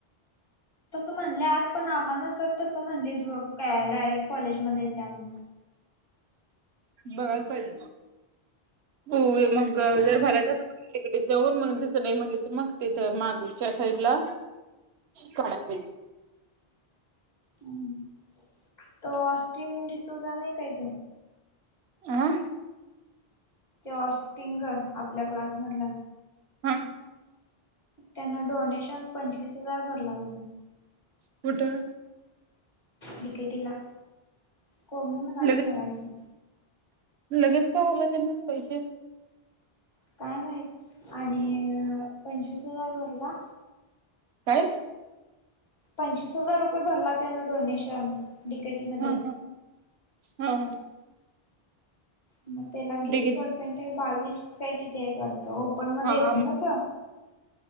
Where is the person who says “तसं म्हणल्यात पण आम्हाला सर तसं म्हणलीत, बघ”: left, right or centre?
Left